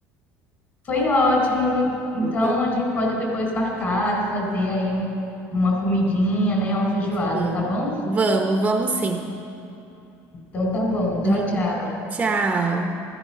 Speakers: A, on the left; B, on the right.
A: Foi ótimo. Então
B: Então,
A: a gente pode depois marcar de fazer aí um- uma comidinha, né? Uma feijoada,
B: Vamos,
A: tá bom?
B: vamos, vamos sim.
A: Então tá bom. Tchau,
B: Uhum.
A: tchau.
B: Tchau.